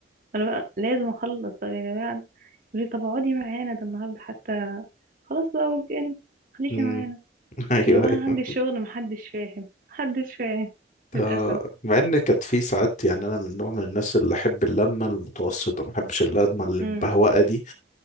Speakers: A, on the right; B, on the left.
A: انا بقى لازم اخلص طب يا جماعة يقولي طب اقعدي معانا ده النهاردة حتى خلاص بقى ويك اند خليكي
B: أمم.
A: معانا
B: <laughs> ايوه
A: يا جماعة
B: ايوه
A: عندي شغل محدش فاهم محدش فاهم
B: ده-
A: للأسف
B: مع ان كانت في ساعات يعني انا من نوع من الناس اللي احب اللمه المتوسطه ما احبش اللمه المبهوأه
A: امم
B: دي